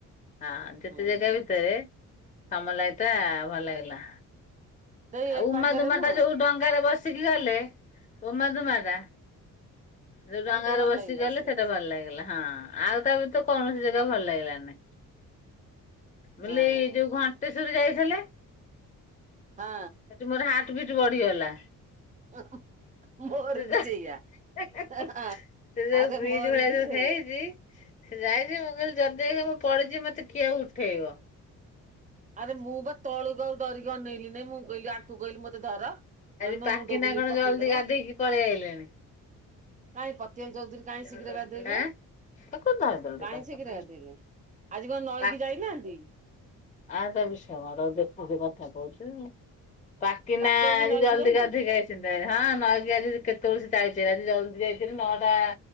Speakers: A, on the left (about 20°); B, on the right (about 25°).
A: ହଁ
B: ହୁଁ
A: ଯେତେ ଜାଗା ଭିତରେ ସମଲାଇ ତା ଭଲ ଲାଗିଲା।
B: ଦେଇ
A: ଆଉ
B: ଏ
A: ଉମାଦୁମା
B: ପାଗରେ ନୁହଁ
A: ଟା ଯଉ ଡଙ୍ଗାରେ ବସିକି ଗଲେ ଉମାଦୁମା ଟା ଯଉ
B: ହେଇ
A: ଡଙ୍ଗାରେ
B: ଦେଇ ଭଲ
A: ବସି
B: ଲାଗିଲା
A: ଗଲେ
B: ଯେ
A: ସେଇଟା ଭଲ ଲାଗିଲା। ହଁ ଆଉ ତା ବ୍ୟତୀତ କୌଣସି ଜାଗା ଭଲ ଲାଗିଲାନି ବୋଲି
B: ହଁ
A: ଯଉ ଘଣ୍ଟ ଟେଶ୍ବରୀ ଯାଇଥିଲେ?
B: ହଁ।
A: ସେଠି ମୋର ହାର୍ଟ ବିଟ୍ ବଢିଗଲା।
B: <unintelligible> ମୋର
A: ସେ ଯୋଉ
B: ବି ସେଇଆ ଏ ଆଁ
A: ସେ ଯୋଉ
B: ଆରେ
A: ବ୍ରିଜ
B: ମୋର
A: ଭଳିଆ
B: ବି
A: ଯୋଉ
B: ସେଇଆ
A: ହେଇଛି ସେ ଯାଇଚି ମୁଁ କହିଲି ଯଦିି ମୁଁ ପଡିଯିବି ମତେ କିଏ ଉଠେଇବ?
B: ଆରେ ମୁଁ ବା ତଳୁକୁ ଆଉ ଡରିକି ଅନେଇଲି ନାଇଁ ମୁଁ କହିଲି ଆଙ୍କୁ କହିଲି ମତେ ଧର। ନହେଲେ
A: ଆଜି
B: ମୋ
A: ପାକିନା
B: ମୁଣ୍ଡ ବୁଲେଇ
A: କଣ
B: ପକେଇଦବ
A: ଜଲଦି ଗାଧେଇକି ପଳେଇ ଆଇଲେଣି।
B: କାଇଁ ପତିମା ଚୌଧୁରୀ କାଇଁ
A: ଆଁ
B: ଶୀଘ୍ର ଗାଧେଇଲେ?
A: ତାକୁ ଧରିଦେଲୁ ଟିକେ
B: କାଇଁ
A: ଧରିଦେଲୁ
B: ଶୀଘ୍ର ଗାଧେଇଲେ ଆଜି କଣ ନଈକି
A: ପା
B: ଯାଇ ନାହାନ୍ତି?
A: ଆ ତା ବିଷ ମର ଦେଖୁିଚୁ କଥା କହୁଚୁ। ପାକି
B: ପାତି
A: ନା ଆଜି
B: ନଈକି
A: ଜଲଦି
B: ଯାଇନି
A: ଗାଧେଇକି ଆଇଚନ୍ତି ଭାରି। ହଁ ନଈକି ଆଜି କେତେବେଳୁ ସେ ଯାଇଛି ଆଜି ଜଲଦି ଯାଇ ସେ ନଅଟା